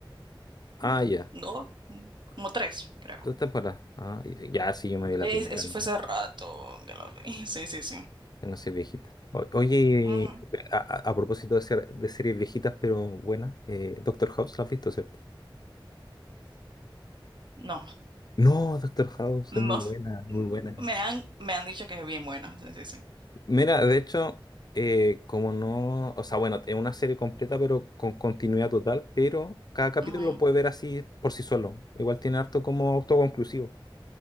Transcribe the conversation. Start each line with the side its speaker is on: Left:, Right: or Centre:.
Left: Ah,
Right: dos,
Left: ya.
Right: dos, mm, como tres, creo.
Left: Tres temporadas. Ah, y sí, ya sí, yo me vi la
Right: Es-
Left: primera
Right: Eso
Left: nomás.
Right: fue hace rato que lo vi. Sí, sí, sí.
Left: Que No sé, viejita. O- oye,
Right: Ujú.
Left: a, a- a propósito de, ser, de series viejitas pero buenas, eh, Doctor House, ¿la has visto, cierto?
Right: No.
Left: No, Doctor House
Right: No,
Left: es muy buena, muy
Right: no.
Left: buena.
Right: Me han, me han dicho que es bien buena. Sí, sí, sí.
Left: Mira, de hecho, eh, como no, o sea, bueno, es una serie completa, pero con continuidad total, pero cada capítulo
Right: Ujú.
Left: lo puedes ver así por sí solo. Igual tiene harto como autoconclusivo.